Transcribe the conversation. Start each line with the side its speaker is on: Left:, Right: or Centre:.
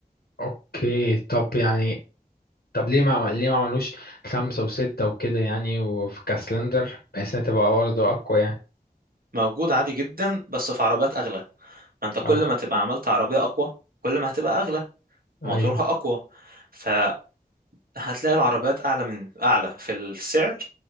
Left: اوكي طب يعني طب ليه ما عمل- ليه ما عملوش خمسة وستة وكده يعني وفي كاسلندر بحيث انها تبقى برضه اقوى يعني
Right: موجود عادي جدا بس في عربيات أغلى ما أنت كل
Left: اه
Right: ما تبقى عملت عربية أقوى كل ما هتبقى أغلى
Left: ايوه
Right: وموتورها أقوى ف... هتلاقي العربيات اعلى من اعلى في السعر